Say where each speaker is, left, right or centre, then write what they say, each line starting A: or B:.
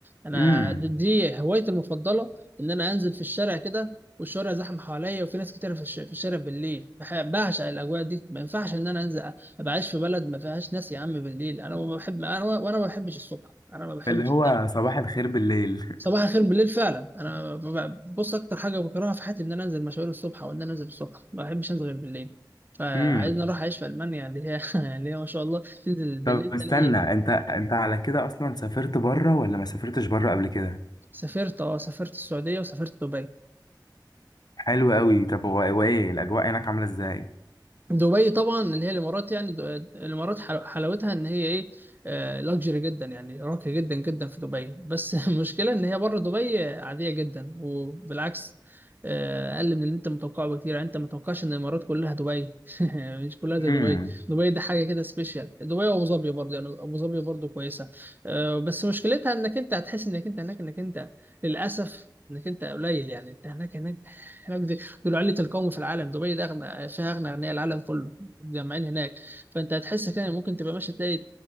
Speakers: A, on the right; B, on the left.
A: انا
B: امم
A: د- دي هوايتي المفضله ان انا انزل في الشارع كده والشوارع زحمه حواليا وفي ناس كتير في الش- في الشارع بالليل بح- بعشق الاجواء دي ما ينفعش ان انا انزل أ- ابقى عايش في بلد ما فيهاش ناس يا عم بالليل انا ما بحب انا وانا ما بحبش الصبح انا ما بحبش
B: اللي هو صباح الخير بالليل <laughs>
A: صباح الخير بالليل فعلا انا ب- بص اكتر حاجه بكرهها في حياتي ان انا انزل مشاوير الصبح او ان انا انزل الصبح ما بحبش انزل غير بالليل فعايزني
B: امم
A: اروح اعيش في المانيا اللي هي <laughs> اللي هي ما شاء الله تنزل بالليل
B: طب استنى
A: تلاقي
B: انت انت على كده اصلا سافرت بره ولا ما سافرتش بره قبل كده
A: سافرت اه سافرت السعوديه وسافرت دبي
B: حلو قوي طب هو هو ايه الاجواء هناك عامله ازاي
A: دبي طبعا اللي هي الامارات يعني د- الامارات حلو- حلاوتها ان هي ايه لاكجري جدا يعني راقية جدا جدا في دبي بس <laughs> المشكلة ان هي بره دبي آه، عادية جدا وبالعكس آه، اقل من اللي انت متوقعه بكتير يعني انت متوقعش ان الامارات كلها دبي <laughs> مش كلها زي
B: امم
A: دبي دبي دي حاجة كده سبيشال دبي وابو ظبي برضه يعني ابو ظبي برضه كويسة آه، بس مشكلتها انك انت هتحس انك انت هناك انك انت للاسف انك انت قليل يعني انت هناك هناك هناك دول علة القوم في العالم دبي ده أغنى فيها أغنى أغنياء العالم كله متجمعين هناك فأنت هتحس كده ممكن تبقى ماشي تلاقي